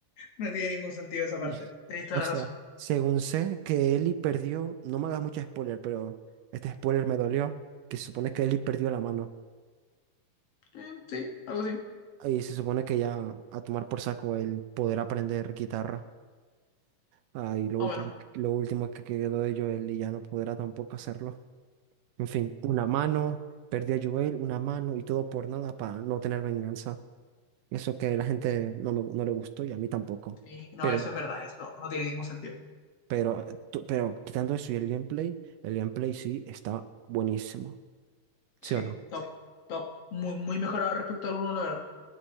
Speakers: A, on the left (about 55°); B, on the right (about 80°).
A: No tiene ningún sentido
B: <laughs>
A: esa
B: Y-
A: parte, tenéis toda
B: O sea,
A: la razón.
B: según sé que Eli perdió, no me hagas mucho spoiler, pero este spoiler me dolió, que se supone que Eli perdió la mano.
A: Eh, sí, algo así, más
B: Y se supone que ya a tomar por saco el poder aprender guitarra. Ah, y lo
A: o
B: último,
A: menos.
B: lo último que quedó de Joel y ya no podrá tampoco hacerlo. En fin, una mano, perdí a Joel, una mano y todo por nada para no tener venganza. Eso que la gente no, me- no le gustó y a mí tampoco.
A: Sí, no,
B: Pero,
A: eso es verdad, eso no tiene ningún sentido.
B: pero, tú- pero quitando eso y el gameplay, el gameplay sí está buenísimo. ¿Sí
A: Sí,
B: o no?
A: top, top. Muy, muy mejorado respecto al uno, la verdad.